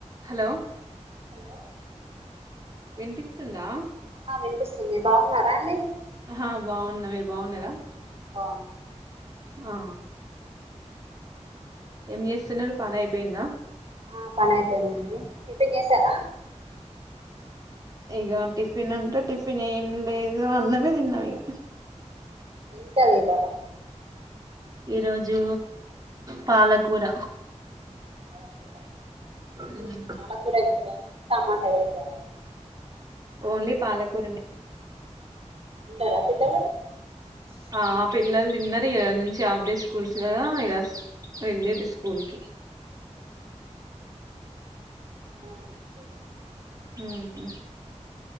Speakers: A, on the right (about 30°); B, on the right (about 50°).
A: హాలో
B: హలో
A: వినిపిస్తుందా
B: ఆ వినిపిస్తుంది బాగున్నారా అండి
A: ఆ బాగున్న మీరు బాగున్నారా
B: బాగున్నాం
A: ఆ ఏం చేస్తున్నారు పని అయిపోయిందా
B: ఆ పని అయిపోయంద అండి టిఫిన్ చేసారా
A: ఇక టిఫిన్ అంటే టిఫిన్ ఏం లేదు అన్నమే తిన్నాం ఇక
B: ఏం కర్రీ చేశారు
A: ఈరోోజు పాలకూర
B: పాలకూర
A: మ్మ్.
B: ఈ పాలకూర టమాట వేశారని
A: ఓన్లీ పాలకూరనే
B: తింటారా పిల్లలు
A: ఆ పిల్లలు తి తిన్నరు ఈరోజు నుంచి హాఫ్ డేస్ స్కూల్స్ గదా వెళ్ళిన్రు స్కూల్ కి
B: అవునా
A: మ్